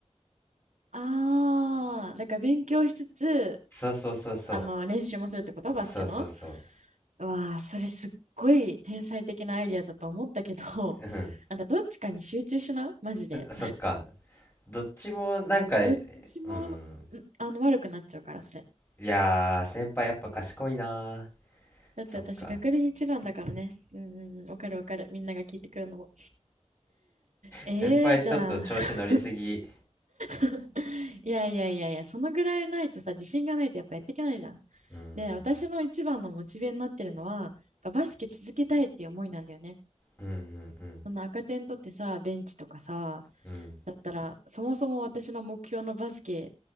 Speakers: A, on the right; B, on the left.
A: ああ、なんか勉強しつつ、
B: そうそうそうそ
A: あの、練習もするってことバスケの。
B: う。そうそうそ
A: うわあ、それすっごい天才的なアイディアだと思ったけど、<laughs>
B: う。うん。
A: あんたどっちかに集中しな、マジで。
B: そっか。どっちもなんか、
A: どっちも、
B: うん。
A: んあの、悪くなっちゃうから、それ。
B: いやー、先輩やっぱ賢いな
A: だって私、
B: ー。そっか。
A: 学年一番だからね。うんうんうん、わかるわかる。みんなが聞いてくるのも。ええーじゃあ。
B: 先輩ちょっと調子乗りすぎ。
A: <laughs> いやいやいやいや、そのぐらいないとさ、自信がないとやっぱやっていけないじゃん。
B: うーん。
A: で、私の一番のモチベになってるのは、やっぱバスケ続けたいっていう思いなんだよね。
B: うんうん
A: その赤点取ってさ、ベンチとかさ、
B: うん。
A: だったら、そもそも私の目標のバスケ